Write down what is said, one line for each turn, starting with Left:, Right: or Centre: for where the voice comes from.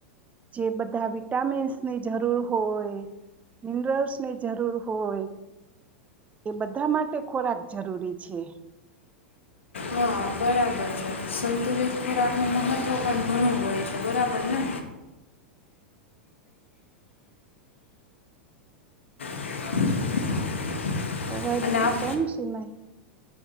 Right: જે બધા વિટામિન્સની જરૂર હોય, મિનરલ્સની જરૂર હોય એ બધા માટે ખોરાક જરૂરી છે.
Left: હા બરાબર છે સંતુલિત ખોરાક ન મહત્વ પણ ઘણું હોય છે, બરાબર ને? <inaudible>
Right: અવાજ
Left: અને આપ
Right: કમ સુનાય